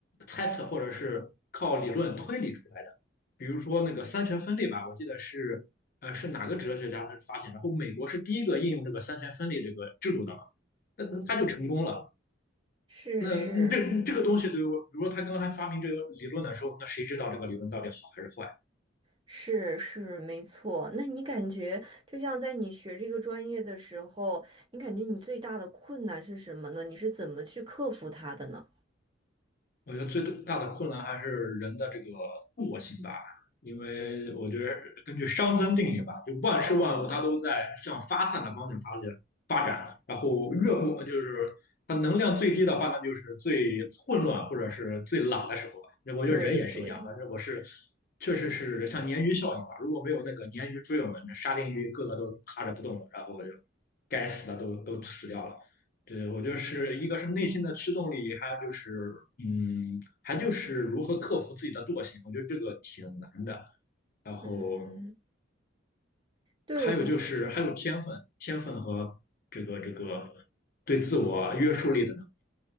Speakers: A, on the left; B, on the right.
A: 猜测或者是靠理论推理出来的。比如说那个三权分立吧，我记得是呃，是哪个哲学家他是发现，然后美国是第一个应用这个三权分立这个制度的嘛，那那他就成功了。
B: 是是，
A: 那嗯这嗯这个东西对于我，比如说他刚才发明这个理论的时候，那谁知道这个理论到底好还是坏？
B: 是是没错，那你感觉就像在你学这个专业的时候，你感觉你最大的困难是什么呢？你是怎么去克服它的呢？
A: 我觉得最大的困难还是人的这个惰性吧，因为我觉得根据熵增定理吧，就万事万物它都在向发散的方向发展发展，
B: 嗯，
A: 然后越不就是它能量最低的话呢，那就是最混乱或者是最懒的时候吧。那我觉得人也是一样，
B: 对对，
A: 反正我是确实是像鲶鱼效应吧，如果没有那个鲶鱼追我们，那沙丁鱼个个都趴着不动了，然后就该死的都都死掉了。对，我觉得是一个是内心的驱动力，还有就是，嗯，还就是如何克服自己的惰性，我觉得这个挺难的。然后
B: 嗯，对我。
A: 还有就是还有天分，天分和这个这个对自我约束力的